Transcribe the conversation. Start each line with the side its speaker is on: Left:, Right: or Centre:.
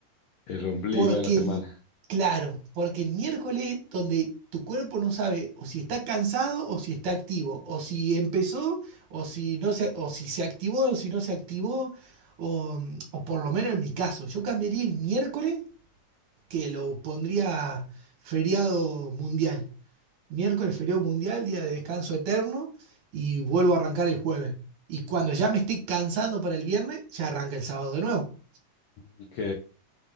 Left: el ombligo
Right: Porque
Left: de la semana.
Right: el, claro, porque el miércoles donde tu cuerpo no sabe o si está cansado o si está activo, o si empezó o si no se, o si se activó o si no se activó, o, o por lo menos en mi caso, yo cambiaría el miércoles que lo pondría feriado mundial miércoles feriado mundial, día de descanso eterno, y vuelvo a arrancar el jueves. Y cuando ya me estoy cansando para el viernes, ya arranca el sábado de nuevo.
Left: Ok.